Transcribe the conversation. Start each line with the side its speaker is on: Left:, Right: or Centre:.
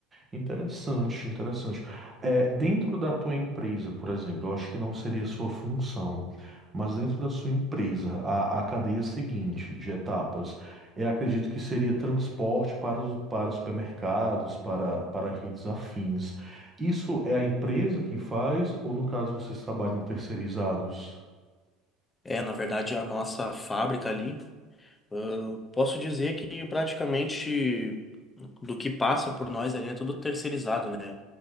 Right: Interessante, interessante. É, dentro da tua empresa, por exemplo, eu acho que não seria sua função, mas dentro da sua empresa, a, a cadeia seguinte de etapas, eu acredito que seria transporte para os, para supermercados, para, para redes afins. Isso é a empresa quem faz, ou no caso vocês trabalham terceirizados?
Left: É, na verdade, a nossa fábrica ali, ah, posso dizer que praticamente do que passa por nós ali é tudo terceirizado, né?